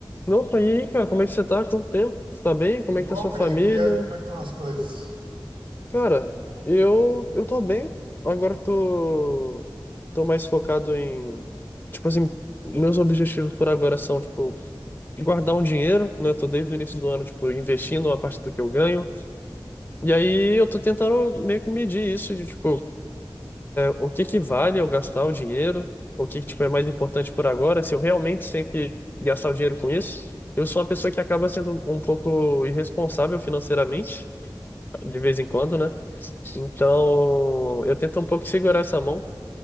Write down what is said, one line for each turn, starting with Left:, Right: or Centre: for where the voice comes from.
Left: Opa, e aí, cara, como é que você tá? Quanto tempo? Você tá bem? Como
Right: Tudo
Left: é que
Right: bom,
Left: tá sua
Right: Kaique?
Left: família?
Right: E aí, Como é que estão as coisas?
Left: Cara, eu, eu tô bem. Agora eu tô, tô mais focado em, tipo assim, meus objetivos por agora são, tipo, guardar um dinheiro, né? Tô desde o início do ano, tipo, investindo uma parte do que eu ganho. E aí eu tô tentando meio que medir isso de, tipo, o que que vale eu gastar o dinheiro? O que que, tipo, é mais importante por agora? Se eu realmente tenho que gastar o dinheiro com isso? Eu sou uma pessoa que acaba sendo um pouco irresponsável financeiramente, de vez em quando, né? Então, eu tento um pouco segurar essa mão.